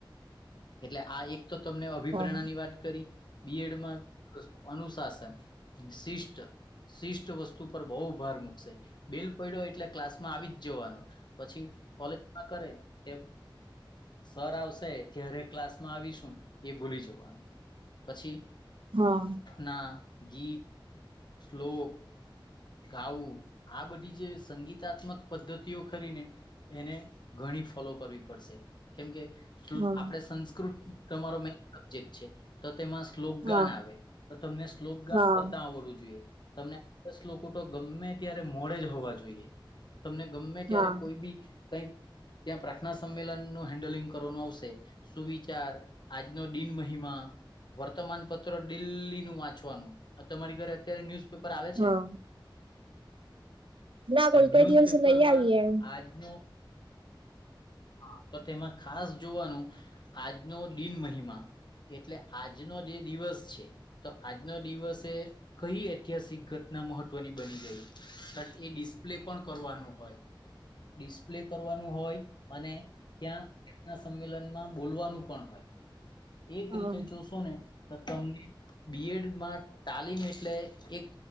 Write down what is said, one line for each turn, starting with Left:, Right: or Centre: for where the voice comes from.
Left: એટલે આ એક તો તમને અભિપ્રેણાની
Right: હા
Left: વાત કરી બીએડમાં વસ્તુ અનુશાસન શિષ્ટ શિષ્ટ વસ્તુ પર બહુ ભાર મૂકશે બેલ પડ્યો એટલે ક્લાસ માં આવી જ જોવાનો પછી કોલેજમાં કરે કે સર આવશે રે ક્લાસ માં આવીશું એ ભૂલી જવાનું પછી
Right: હા હા
Left: ના ગિ શલોલોક ગાવું આ બધી જે સંગીતાત્મક પદ્ધતિઓ કરીને એને ઘણી ફોલો કરવી પડશે કેમકે
Right: હા
Left: આપડે સંસ્કૃત તમારો મેન સબ્જેક્ટ છે. તો તેમાં શ્લોકગાન
Right: હા
Left: આવે તો તમને શ્લોકગાન
Right: હા
Left: કરતા આવડું છે. તમને દસ લોકો તો ગમે ત્યારે મોે જ હોવા જોઈએ તમને ગમે ત્યારે
Right: હા
Left: કોઈ બી કઈક ત્યાં પ્રાર્થના સંમેલન નું હેન્ડલિંગ કરવાનું આવશે સુવિચાર આજનો દિન મહિમા વર્તમાન પત્ર દિલ્હી નું વાંચવાનું તમારી ઘરે અત્યારે ન્યુઝપેપર આવે છે.
Right: હા ના કોઈ
Left: ન્યૂઝ
Right: કોઈ દિવસ
Left: પેપરમાં
Right: લઈ આવીએ એમ
Left: આજનો હા તો તેમાં ખાસ જોવાનું આજનો દિન મહિમા એટલે આજનો જે દિવસ છે તો આજનો દિવસે એ કઈ ઐતિહાસિક ઘટના મહત્વની બની ગઈ એ ડિસ્પ્લે પણ કરવાનું હોય. ડિસ્પ્લે કરવાનું હોય અને ત્યાંના સંમેલનમાં બોલવાનું પણ હોય. એક
Right: હા
Left: રીતે જોશો ને તો તમને બીએડમાં તાલીમ એટલે એક